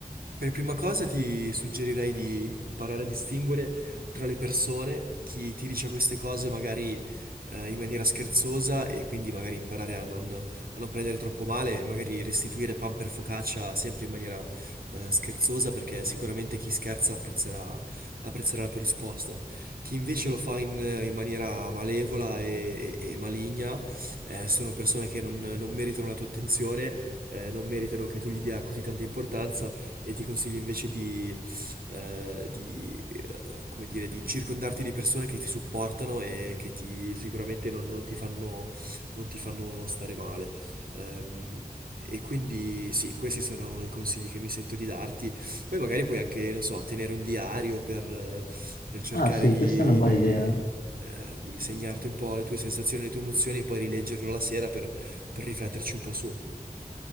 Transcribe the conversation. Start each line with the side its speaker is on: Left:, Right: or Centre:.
Right: Per prima cosa ti suggerirei di imparare a distinguere tra le persone chi ti dice queste cose magari eh, in maniera scherzosa e quindi magari imparare a non, a non prendere troppo male e magari restituire pan per focaccia sempre in maniera eh, scherzosa perché sicuramente chi scherza apprezzerà, apprezzerà la tua risposta. Chi invece lo fa in, in maniera malevola e, e- e maligna eh, sono persone che non non meritano la tua attenzione eh, non meritano che tu gli dia così tanta importanza e ti consiglio invece di, eh, di, eh, come dire, di circondarti di persone che ti supportano e che ti, sicuramente non, non ti fanno, non ti fanno stare male. Ehm, E quindi sì, questi sono i consigli che mi sento di darti. Poi magari puoi anche, non so, tenere un diario per, eh, per cercare
Left: Ah, sì,
Right: di,
Left: questa è una buona
Right: di,
Left: idea.
Right: eh, di segnarti un po' le tue sensazioni, le tue emozioni e poi rileggerlo la sera per, per rifletterci un po' su.